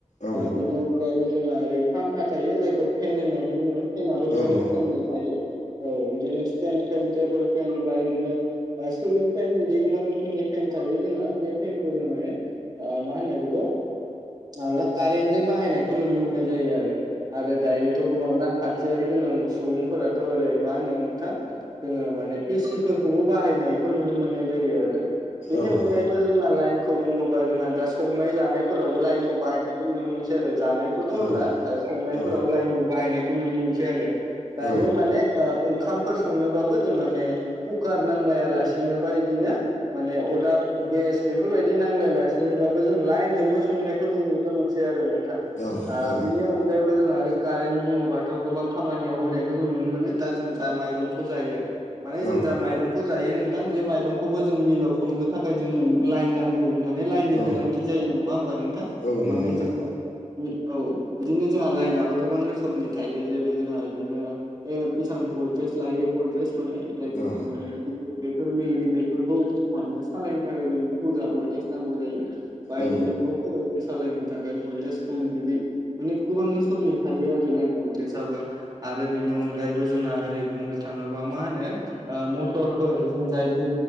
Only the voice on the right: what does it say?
बेनि अनगायैबो जोङो ओरै फांखा थायो जायखौ फेन होननानै बुङो फेनाबबो गोबां
रोखोमनि थायो औ बिदिनो सटेन फेन टेबोल फेन बा बिदिनो सिलिं फेन बिदि गोबां रोखोमनि फेन थायो जोंना बे फेनखौ जों माने मा होनो बेखौ माबा कारेनजों बाहायनायखौ नुनो मोननाय जायो आरो। आरो दायोथ' गोबां रांखान थियारि गोनां सुबुंफोराथ' ओरै मा होनो नोंथां जोङो माने एसि फोरफोरखौबो बाहायनायखौ नुनो मोननाय जायो आरो। बेनि
अनगायैबो
जोंहा लाइन खौ बुङोबा जोंहा दा संनाय जानायफोरावबो लाइनखौ बाहायनायखौ नुनो मोनसै आरो। जानायखौथ' होनला,
संनाय
बाहायनायखौ नुनो मोनसै आरो। दायो
माने ओंखामफोर संनोबाबो जों माने कुकार नांलायालासिनोबा बिदिनो माने अदाब गेस बेफोरबायदि नांलायलासिनोबबो जों लाइनजोंबो संनायखौ जों नुनो मोसै आरो नोंथां।
ओ बिनि अगायैबो आरो कारेन्ट बुङोबाथ' गोबां खामानियाव होनायखौ जों नुनो मोनो, दा जों जा माइरंखौ जायो माने जों
जा माइरंखौ जायो नोंथां बे माइरंखौबो जों मिलाव सौनो थाखाय जोंनो लाइन नांगौ माने लाइननि
गोनांथि जायो नङा होमबा नोंथां
माने
जों माने औ बिदिनो जोंहा लाइना गोबां रोखोमनि थायो जेरै जोंहा इदिनो जायहा बेसां भलटेस लायो भलटेस माने जायखौ
जों माने गिदिर बे फोर मिल गिदिरफोरखौ माने सालायनो थाखाय जोंनो बुरजा भल्टेज नांगौ जायो। बायदिनो
न' फजों सालायनो थाखाय भल्टेज खम बिदि माने गोबां रोखोमनि थायो आरो लाइन भलटेसाबबो आरो बेनि अनगायैबो जोंहा ओरै बुंनो थाङोबा मा होनो ओ मथरफोर जों जाय दै